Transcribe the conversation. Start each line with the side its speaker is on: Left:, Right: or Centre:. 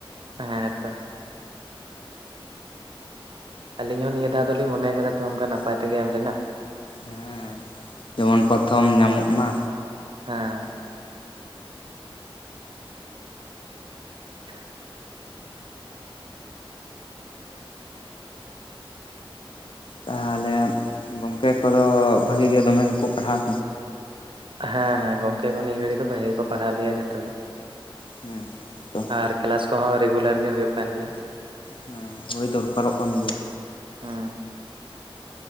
Right: ᱦᱮᱸ ᱛᱚ ᱟᱞᱤᱧ ᱦᱚᱸ ᱱᱤᱭᱟᱹ ᱫᱷᱟᱣ ᱫᱚᱞᱤᱧ ᱢᱚᱱᱮ ᱠᱟᱫᱟ ᱛᱚ ᱚᱱᱠᱟ ᱱᱟᱯᱟᱭ ᱛᱮᱜᱮ ᱮᱢ ᱨᱮᱱᱟᱜ᱾
Left: ᱦᱮᱸ ᱡᱮᱢᱚᱱ ᱯᱚᱛᱷᱚᱢ ᱧᱟᱢᱚᱜ ᱢᱟ᱾
Right: ᱦᱮᱸ <inaudible>
Left: ᱛᱟᱦᱚᱞᱮ ᱜᱚᱝᱠᱮ ᱠᱚᱫᱚ ᱵᱷᱟᱹᱜᱤ ᱜᱮ ᱫᱚᱢᱮ ᱜᱮᱠᱚ ᱯᱟᱲᱦᱟᱣ
Right: ᱦᱮᱸ ᱦᱮᱸ ᱜᱚᱝᱠᱮ ᱠᱚ ᱱᱤᱭᱟᱹ ᱜᱷᱟᱹᱲᱤ ᱫᱚ ᱵᱷᱟᱜᱮ ᱜᱮᱠᱚ ᱯᱟᱲᱦᱟᱜ ᱞᱮᱭᱟ ᱡᱷᱚᱛᱚ ᱜᱮ᱾
Left: ᱦᱩᱸ ᱛᱚ
Right: ᱟᱨ ᱠᱮᱞᱟᱥ ᱠᱚᱦᱚᱸ ᱨᱮᱜᱩᱞᱟᱨ ᱜᱮ ᱦᱩᱭᱩᱜ ᱠᱟᱱ ᱜᱮᱭᱟ
Left: ᱦᱮᱸ ᱦᱳᱭ ᱫᱚᱨᱠᱟᱨᱚᱜ ᱠᱟᱱ ᱜᱮᱭᱟ
Right: ᱦᱩᱸ